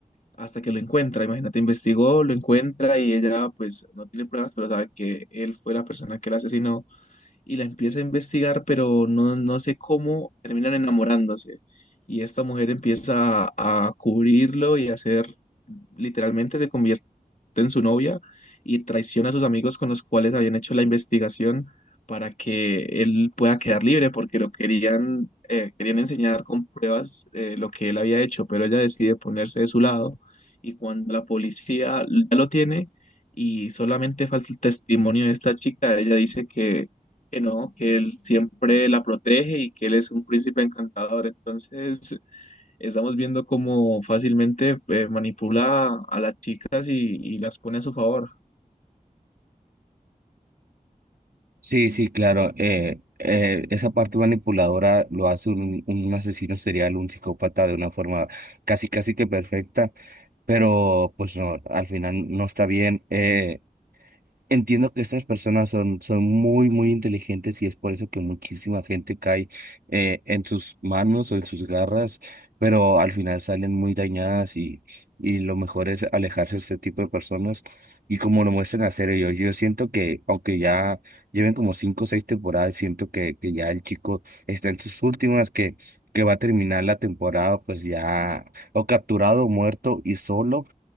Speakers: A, on the left; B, on the right.
A: hasta que lo encuentra. Imagínate, investigó, lo encuentra y ella pues no tiene pruebas, pero sabe que él fue la persona que la asesinó y la empieza a investigar, pero no, no sé cómo terminan enamorándose. Y esta mujer empieza a, a cubrirlo y a hacer, literalmente se convierte en su novia y traiciona a sus amigos con los cuales habían hecho la investigación para que él pueda quedar libre, porque lo querían, eh, querían enseñar con pruebas eh, lo que él había hecho, pero ella decide ponerse de su lado y cuando la policía ya lo tiene y solamente falta el testimonio de esta chica, ella dice que que no, que él siempre la protege y que él es un príncipe encantador. Entonces, estamos viendo cómo fácilmente eh, manipula a las chicas y, y las pone a su favor.
B: Sí, sí, claro. eh, eh, esa parte manipuladora lo hace un, un asesino serial, un psicópata de una forma casi, casi que perfecta, pero pues no, al final no está bien. eh, Entiendo que estas personas son, son muy, muy inteligentes y es por eso que muchísima gente cae eh, en sus manos o en sus garras, pero al final salen muy dañadas y, y lo mejor es alejarse de este tipo de personas y como lo muestran hacer ellos. Yo siento que, aunque ya lleven como cinco o seis temporadas, siento que, que ya el chico está en sus últimas, que, que va a terminar la temporada pues ya o capturado o muerto y solo.